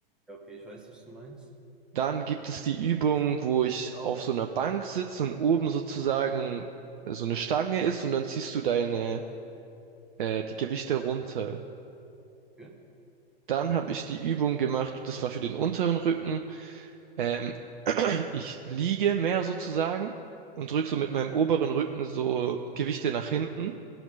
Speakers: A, in the centre; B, on the right.
A: Ja, okay, ich weiß, was du meinst.
B: Dann gibt es die Übung, wo ich auf so einer Bank sitze und oben sozusagen äh, so eine Stange ist und dann ziehst du deine äh, die Gewichte runter.
A: Okay.
B: Dann habe ich die Übung gemacht, das war für den unteren Rücken. Ähm, <clears throat> ich liege mehr sozusagen und drücke so mit meinem oberen Rücken so Gewichte nach hinten.